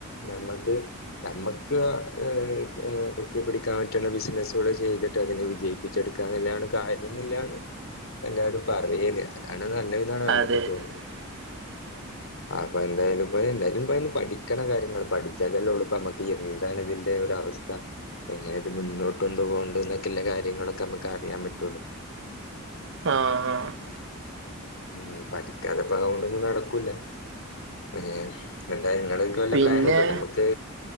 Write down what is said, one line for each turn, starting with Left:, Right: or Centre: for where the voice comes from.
Left: നമ്മക്ക്- നമ്മക്ക് ആഹാ എത്തിപിടിക്കാൻ പറ്റുള്ള ബിസിനസ്ള് ചെയ്തിട്ട് അതിനെ വിജയിക്കും. പിച്ചെടുക്ക ന്നുള്ളതാണ് കാര്യം ന്നില്ലന്ന് എല്ലാവരും പറയല് അതാണ് നല്ലനാണ്.
Right: അതെ
Left: ക്കും തോന്നിന്.
Right: <inaudible>
Left: ആഹാ അപ്പോ എന്തായാലുംപ്പോ എന്തായാലും ഇ പഠിക്ക കാര്യങ്ങള് പഠിച്ചാലല്ലൊള്ളൂ പ്പമ്മക്ക്, എന്താണ് ഇതിന്റെ ഒരവസ്ഥ? എങ്ങനെത് മുന്നോട്ട് കൊണ്ട്- പോകണ്ട ന്നോക്കെള്ള കാര്യങ്ങളൊക്കെമ്മക്ക് അറിയാൻ പറ്റുള്ളൂ.
Right: ആഹ ആഹ... !
Left: <unintelligible> പഠിക്കാതെപ്പതുകൊണ്ടൊന്നും നടക്കൂല ആഹാ ങ്ങള്- വല്ല
Right: പിന്നെ
Left: പ്ലാനും ഉണ്ടോ? നമുക്ക്